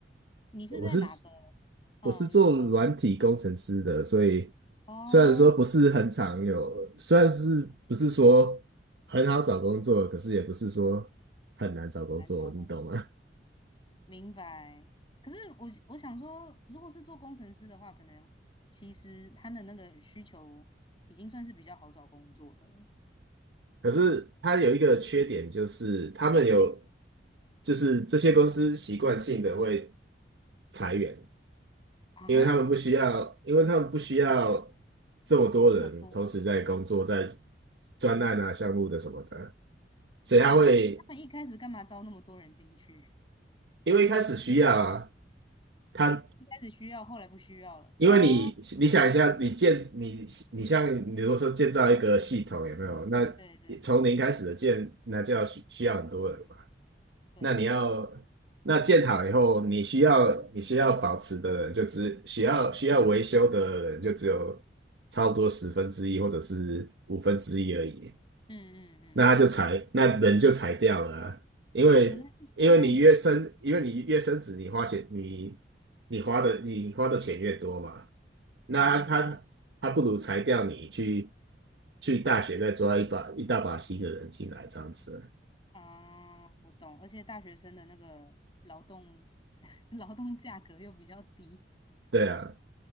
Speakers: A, on the left; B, on the right.
A: 你是在哪个？
B: 我是
A: 嗯、
B: 我是做软体工程师的，
A: 呃哪个？
B: 所以
A: 哦，
B: 虽然说不是很常有，虽然是不是说很好找工作，可是也不是说很难找工作，
A: 难找工作，
B: 你懂吗？
A: 明白。可是我我想说，如果是做工程师的话，可能其实他的那个需求已经算是比较好找工作的了
B: <laughs> 可是它有一个缺点，就是他们有，就是这些公司习惯性的会裁员。
A: 啊，
B: 因为他们不需要，因为他们不需要这么多人同时在工作，
A: 这么多，
B: 在专案啊、项目的什么的，所以他会，
A: 他们一开始干嘛招那么多人进去？
B: 因为一开始需要啊，他
A: 一开始需要，后来不需要了啊？
B: 因为你你想一下，你建你你像你如果说建造一个系统有没有？那
A: 对对
B: 从零开始的建，那就要需需要很多人嘛。
A: 对，
B: 那你要那建好以后，你需要你需要保持的人就只需要需要维修的人就只有差不多十分之一或者是五分之一而已。
A: 嗯嗯嗯。
B: 那他就裁，那人就裁掉了啊因为因为你越升，
A: 原来是这样子，
B: 因为你越升子，你花钱你你花的你花的钱越多嘛。那他他他不如裁掉你去
A: 明白
B: 去大学再抓一把一大把新的人进来这样子，
A: 啊，我懂。而且大学生的那个劳动 <laughs> 劳动价格又比较低，
B: 对啊，